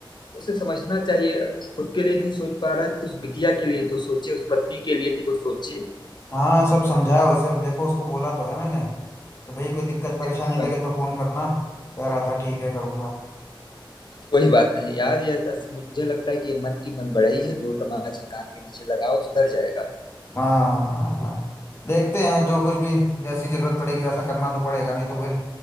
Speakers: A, on the left; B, on the left.
A: उसे समझना चाहिए खुद के लिए नहीं सोच पा रहा है तो उस बिटिया के लिए तो सोचे उस पत्नी के लिए तो सोचे
B: हाँ सब समझाया उसे अब देखो उसको बोला तो है मैंने तो भाई कोई दिक्कत परेशानी
A: हाँ,
B: लगे तो फोन करना कह रहा था ठीक है करूंगा
A: कोई बात नहीं यार ये बस मुझे लगता है कि ये मन की मन बड़ाई है दो तमाचे कान के नीचे लगाओ सुधर जाएगा
B: हाँ हाँ हाँ देखते हैं जो कुछ भी जैसी जरूरत पड़ेगी वैसा करना तो पड़ेगा नहीं तो फिर